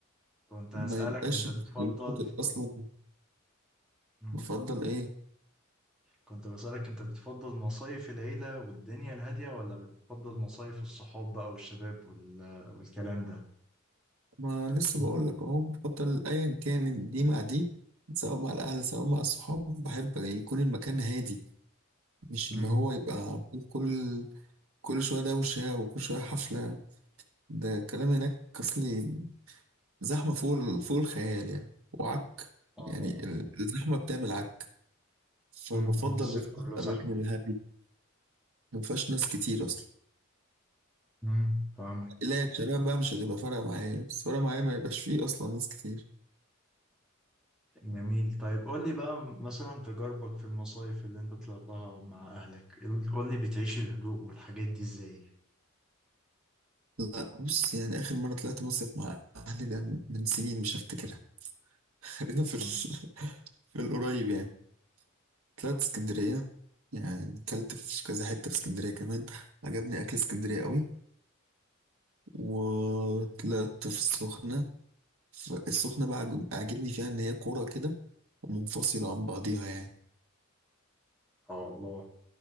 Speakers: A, in the centre; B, on the right (about 90°).
A: كنت هسألك
B: ما يبقاش
A: أنت بتفضل
B: الشاطئ أصلا
A: مم.
B: بفضل إيه
A: كنت بسألك أنت بتفضل مصايف العيلة والدنيا الهادية ولا بتفضل مصايف الصحاب بقى والشباب وال... والكلام ده؟
B: ما لسه
A: مم.
B: بقول لك أهو بفضل أيا كان دي مع دي سواء مع الأهل سواء مع الصحاب بحب يكون المكان هادي مش
A: امم
B: اللي هو يبقى كل كل شوية دوشة وكل شوية حفلة ده الكلام هناك أصلي زحمة فوق ال- فوق الخيال يعني وعك
A: اه
B: يعني
A: طبعا
B: ال- الزحمة بتعمل عك فبفضل
A: امم الصيف
B: بصراحة
A: كله زحمة
B: الأماكن الهادية ما فيهاش ناس كتير أصلا
A: امم فاهمك
B: لا شباب بقى مش هتبقى فارقة معايا بس فارقة معايا ما يبقاش فيه أصلا ناس كتير
A: جميل طيب قول لي بقى مثلا تجاربك في المصايف اللي انت طلعتها مع اهلك قول لي بتعيش الهدوء والحاجات دي ازاي
B: لا بص يعني آخر مرة طلعت مصيف مع أهلي ده من من سنين مش هفتكرها <laughs> خلينا في ال...
A: مم.
B: <laughs> في القريب يعني طلعت اسكندرية يعني أكلت في كذا حتة في اسكندرية كمان عجبني أكل اسكندرية قوي وطلعت في السخنة السخنة بقى عجب- عاجبني فيها إن هي كورة كده ومنفصلة عن بعضيها يعني
A: اه الله